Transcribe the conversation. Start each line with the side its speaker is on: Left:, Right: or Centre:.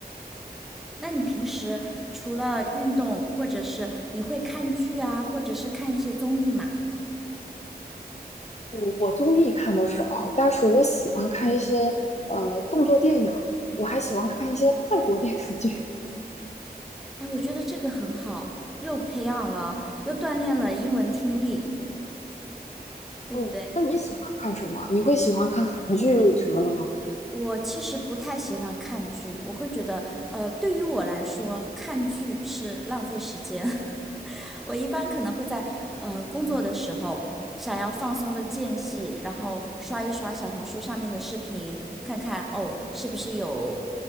Centre: 那你平时除了运动，或者是你会看剧啊，或者是看一些综艺嘛？
Left: 我我综艺看的少，但是我喜欢看一些呃动作电影儿，我还喜欢看一些泰国电视剧。
Centre: 哎，我觉得这个很好，又培养了，又锻炼了英文听力，对不对？
Left: 哦，那你喜欢看什么？你会喜欢看韩剧什么的吗？
Centre: 我其实不太喜欢看剧，我会觉得，呃，对于我来说，看剧是浪费时间。<laughs> 我一般可能会在呃工作的时候，想要放松的间隙，然后刷一刷小红书上面的视频，看看哦是不是有